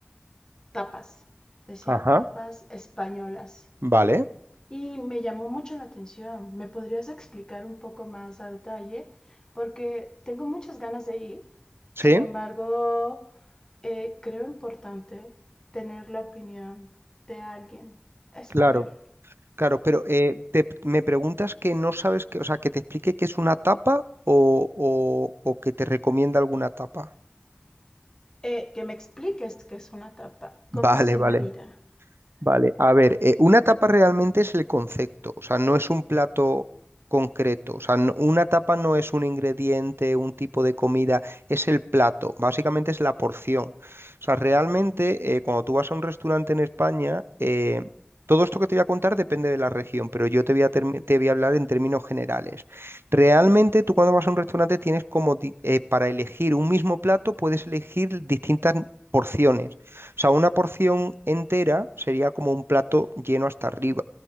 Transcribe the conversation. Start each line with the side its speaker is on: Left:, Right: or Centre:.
Left: tapas, decía
Right: ajá,
Left: tapas españolas.
Right: vale,
Left: Y me llamó mucho la atención. ¿Me podrías explicar un poco más a detalle? Porque tengo muchas ganas de ir.
Right: sí,
Left: Sin embargo, eh, creo importante tener la opinión de alguien español.
Right: claro, claro, pero eh, te- me preguntas que no sabes que, o sea, que te explique qué es una tapa o, o, o que te recomienda alguna tapa.
Left: eh, que me expliques qué es una tapa,
Right: Vale,
Left: cómo se
Right: vale.
Left: marida.
Right: Vale, a ver, eh, una tapa realmente es el concepto, o sea, no es un plato concreto, o sea, no- una tapa no es un ingrediente, un tipo de comida, es el plato, básicamente es la porción. O sea, realmente eh, cuando tú vas a un restaurante en España, eh, todo esto que te voy a contar depende de la región, pero yo te voy a, termi- te voy a hablar en términos generales. Realmente tú cuando vas a un restaurante tienes como, di- eh, para elegir un mismo plato, puedes elegir distintas porciones. O sea, una porción entera sería como un plato lleno hasta arriba.